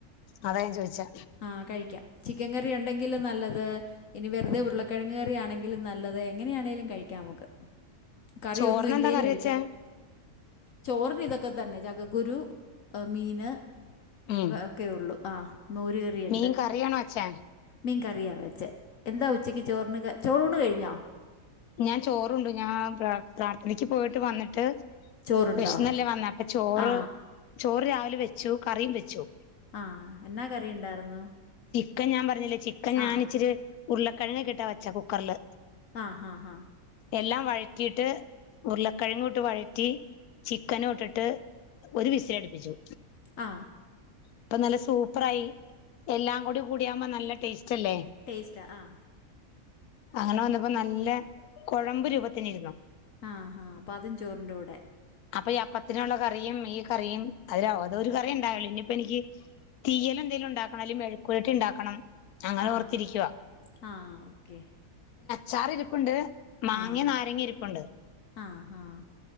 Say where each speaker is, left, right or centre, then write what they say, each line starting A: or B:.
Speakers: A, on the left (about 85°); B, on the left (about 65°).
A: അതാ ഞാൻ ചോദിച്ചാ
B: ആ കഴിക്കാം ചിക്കൻ കറി ഉണ്ടെങ്കിലും നല്ലത് ഇനി വെറുതെ ഉരുളക്കിഴങ്ങ് കറി ആണെങ്കിലും നല്ലത് എങ്ങനെയാണെങ്കിലും കഴിക്കാം നമുക്ക് കറിയോന്നും
A: ചോറിനെന്താ
B: ഇല്ലേലും
A: കറി
B: കഴിക്കാം
A: വെച്ചേ
B: ചോറിന് ഇതൊക്ക ഒക്കെ തന്നെ ചക്കക്കുരു മീന്
A: ഉം
B: <unintelligible> ഒക്കേ ഉള്ളു ആ മോര് കറിയുണ്ട്
A: മീൻ കറിയാണോ വെച്ചേ
B: മീൻ കറിയാ വെച്ചെ എന്താ ഉച്ചയ്ക്ക് ചോറിന് ക ചോറൂണ് കഴിഞ്ഞോ
A: ഞാൻ ചോറുണ്ട് ഞാൻ പ്രാർ പ്രാർത്ഥനക്ക് പോയിട്ട് വന്നിട്ട്
B: ചോറുണ്ടോ
A: വിഷനല്ലേ വന്നേ അപ്പ ചോറ്
B: ആ
A: ചോറ് രാവിലെ വെച്ചു കറിയും വെച്ചു
B: ആ എന്നാ കറി ഉണ്ടായിരുന്നു
A: ഒക്കെ ഞാൻ പറഞ്ഞില്ലേ ചിക്കൻ ഞാനിച്ചിരി
B: ആ
A: ഉരുളക്കിഴങ്ങി കിട്ടാ വെച്ചാത് കുക്കറില്
B: ആ ആ ആ
A: എല്ലാം വഴറ്റിയിട്ട് ഉരുളക്കിഴങ്ങും ഇട്ട് വഴറ്റി ചിക്കനും ഇട്ടിട്ട് ഒരു വിസില് അടിപ്പിച്ചു
B: ആ
A: ഇപ്പൊ നല്ല സൂപ്പർ ആയി എല്ലാം കൂടി കൂടിയാകുമ്പോ നല്ല ടേസ്റ്റ് അല്ലേ
B: ടെസ്റ്റ് ആ
A: അങ്ങനെ വന്നപ്പോ നല്ല കൊഴമ്പ് രൂപത്തിനിരുന്നോ
B: ആ ഹ അപ്പ അതും ചോറിന്റെ കൂടെ
A: അപ്പൊ അപ്പത്തിനുള്ള കറിയും ഈ കറിയും അതിലതോ ഒരു കറിയ ഉണ്ടായല്ലോ ഇനിയിപ്പ എനിക്ക് തീയൽ എന്തെങ്കിലും ഉണ്ടാക്കണം അല്ല മെഴക്കുരട്ടി ഉണ്ടാക്കണം അങ്ങനെ
B: ആ
A: ഓർത്തിരിക്കുവാ
B: ഹ ആ ഓക്കെ
A: ചാറിരി പ്പ്ണ്ട് മാങ്ങി
B: ആഹ്
A: നാരങ്ങി ഇരിപ്പുണ്ട്
B: ആഹ് ആഹ്